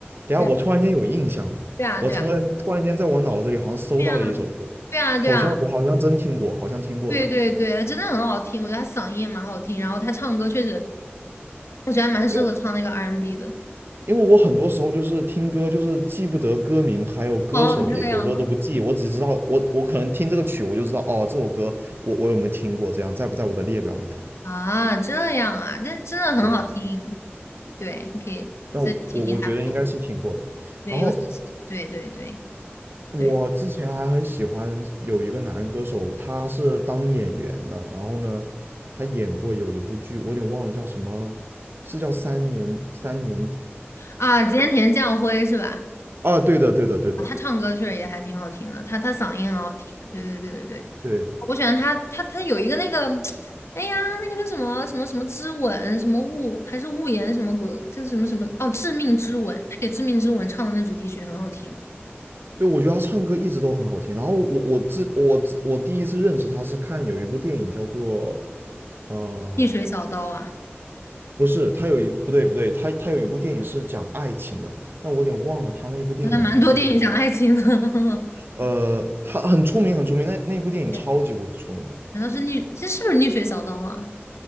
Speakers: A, on the right; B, on the left.
A: 等一下，
B: 对
A: 我突然间有印象了，
B: 啊，
A: 我从来突然间在我脑子里好像搜到了一首歌，
B: 对啊，对啊，对啊，对啊，
A: 好像我好像真听过，
B: 对啊。
A: 好像听过的。
B: 对对对，他真的很好听，我觉得他嗓音也蛮好听，然后他唱歌确实，我觉得还蛮适合唱那个
A: 因为
B: R&B n 的。
A: 因为我很多时候就是听歌，就是记不得歌名，还有歌手也有时候都不记，
B: 哦，这样
A: 我只知道我我可能听这个曲，我就知道哦，这首歌我我有没有听过，这样在不在我的列表里头？
B: 啊，这样啊，但真的很好听。
A: 对，
B: 对，你可以再听听他。
A: 那我我我觉得应该是听过的。
B: 对，
A: 然后
B: 尤其是对对对
A: 我之前还很喜欢有一个男歌手，
B: 对
A: 他是当演员的，然后呢，他演过有一部剧，我有点忘了叫什么，是叫三年三年
B: 啊，菅田将晖是吧？
A: 啊，对的，对的，对的，
B: 他唱歌确实也还挺好听的，他他嗓音很好听，对对对对对，
A: 对
B: 我喜欢他，他他有一个那个，<tsk> 哎呀，那个叫什么什么什么之吻，什么雾还是雾言什么鬼，叫什么什么哦，致命之吻，他给致命之吻唱的那主题曲很好听，
A: 对，我觉得他唱歌一直都很好听。然后我我之我之我第一次认识他是看有一部电影叫做呃，
B: 逆水小刀啊，
A: 不是，他有一不对不对，他他有一部电影是讲爱情的，但我有点忘了他那部电影的名字叫什么。
B: 好像蛮多电影讲爱情的，<laughs>
A: 呃，他很出名很出名，那那部电影超级无敌出名的。
B: 哎难道是逆，这是不是逆水小刀啊？